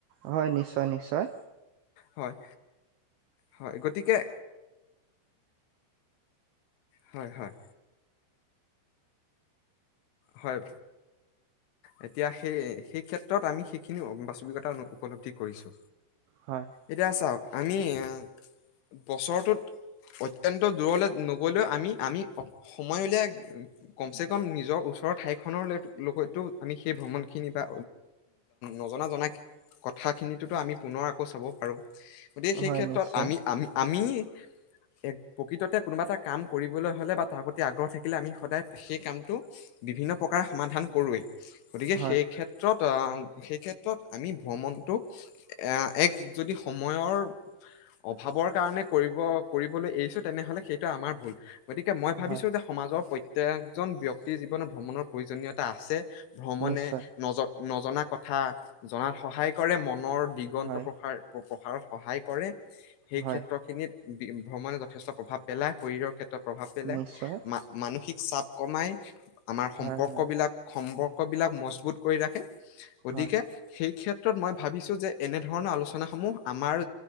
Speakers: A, on the right; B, on the left.
A: হয় নিশ্চয় নিশ্চয়
B: হয় হয় গতিকে হয় হয় হয় এতিয়া সেই সেই ক্ষেত্ৰত আমি সেইখিনি বাস্তৱিকতা উপলদ্ধি কৰিছো
A: হয়
B: এতিয়া চাওক আমি এ বছৰটোত অত্যন্ত দূৰলৈ নগলেও আমি আমি সময় উলিয়াই কমচে কম নিজৰ ওচৰ ওচৰ ঠাইখনৰ লগততো আমি সেই ভ্ৰমণখিনি বা নজনা জনা কথাখিনিততো আমি পুনৰ আকৌ চাব পাৰোঁ গতিকে সেই
A: হয়
B: ক্ষেত্ৰত
A: নিশ্চয়
B: আমি আমি আমি এক প্ৰকৃততে কোনোবা এটা কাম কৰিবলৈ হলে বা তাৰ প্ৰতি আগ্ৰহ থাকিলে আমি সদায় সেই কামটো বিভিন্ন প্ৰকাৰে সমাধান কৰোৱে গতিকে
A: হয়
B: সেই ক্ষেত্ৰত আহ সেই ক্ষেত্ৰত আমি ভ্ৰমণটো এ এক যদি সময়ৰ অভাৱৰ কাৰণে কৰিব কৰিবলৈ এৰিছো তেনেহলে সেইটো আমাৰ ভুল গতিকে মই ভাবিছো
A: হয়
B: যে সমাজৰ প্ৰত্যকজন ব্যক্তিৰ জীৱনত প্ৰয়োজনীয়তা আছে। ভ্ৰমণে
A: নিশ্চয়
B: নজৰ নজনা কথা জনাত সহায় কৰে মনৰ দিগন্ত
A: হয়
B: প্ৰসাৰ প্ৰসাৰত সহায় কৰে সেই
A: হয়
B: ক্ষেত্ৰ খিনিত ভ্ৰমণে যথেষ্ট প্ৰভাৱ পেলাই শৰীৰৰ ক্ষেত্ৰত প্ৰভাৱ পেলাই
A: নিশ্চয়
B: মা মানসিক চাপ কমাই আমাৰ
A: হয়
B: সম্পৰ্ক
A: হয়
B: বিলাক সম্পৰ্ক বিলাক মজবুত কৰি ৰাখে গতিকে
A: হয়
B: সেই ক্ষেত্ৰ ক্ষেত্ৰত মই ভাবিছো যে এনেধৰণৰ আলোচনা সমূহ আমাৰ